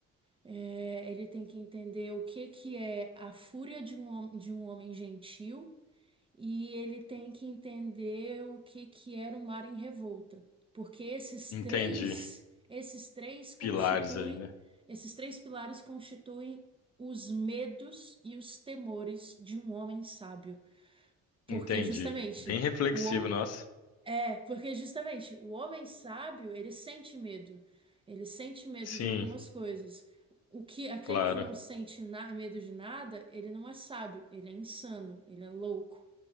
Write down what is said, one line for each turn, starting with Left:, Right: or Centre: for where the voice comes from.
Right: é, ele tem que entender o que que é a fúria de um, hom- de um homem gentil, e ele tem que entender o que que era o mar em revolta, porque esses
Left: entendi.
Right: três, esses três constituem,
Left: Pilares aí, né?
Right: esses três pilares constituem os medos e os temores de um homem sábio, porque
Left: Entendi.
Right: justamente
Left: Bem reflexivo,
Right: o
Left: nossa.
Right: o- é, porque justamente o homem sábio, ele sente medo. Ele sente medo
Left: Sim,
Right: de algumas coisas. O que aquele
Left: claro.
Right: que não sente na- medo de nada, ele não é sábio, ele é insano, ele é louco.